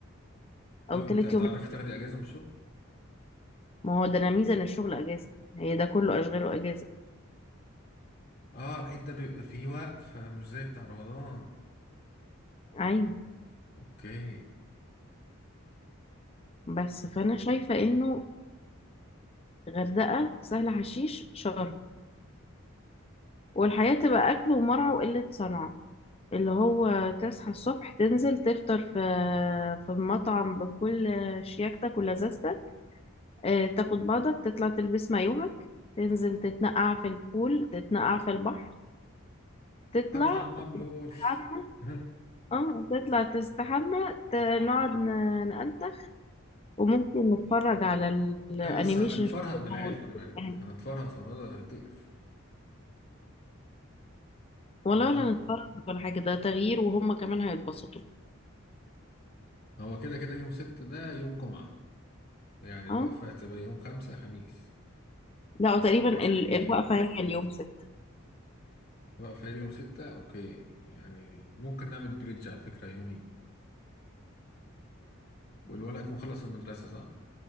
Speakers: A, on the left; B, on the left.
A: او
B: اه
A: تالت
B: انت هتعرفي
A: يوم
B: تاخدي اجازة من الشغل
A: ما هو ده انا ميزة ان الشغل اجازة هي ده كله اشغاله اجازة
B: اه العيد ده بيبقى فيه وقف مش زي بتاع رمضان
A: ايوه
B: اوكي
A: بس فانا شايفة انه غردقة سهل حشيش شرم والحياة تبقى اكل ومرعى وقلة صنعة اللي هو تصحى الصبح تنزل تفطر في في مطعم بكل شياكتك ولذاذتك اه، تاخد بعضك تطلع تلبس مايوهك تنزل تتنقع في البول تتنقع في البحر تطلع
B: اطلع مبلول
A: تحمى
B: <laughs>
A: اه تطلع تستحمى ت- نقعد ن- نأنتخ وممكن نتفرج على الانيميشن
B: ايه بس هنتفرهد
A: شوية
B: بالعيال
A: لو
B: خدي بالك
A: يعني
B: هنتفرهد فرهدة هتقرف
A: ولا
B: هنتفرهد
A: ولا نتفرج ولا حاجة ده تغيير وهم كمان هيتبسطوا
B: هو كده كده يوم ست ده يوم جمعة يعني الوقفة
A: اه
B: هتبقى يوم خمسة خميس
A: لا وتقريبا
B: واحد
A: ال-
B: اتنين
A: الوقفة
B: تلاتة
A: هي اليوم ستة
B: الوقفة هي اليوم ستة أوكي يعني ممكن نعمل بريدج على فكرة يومين والولد هيكون خلص المدرسة صح؟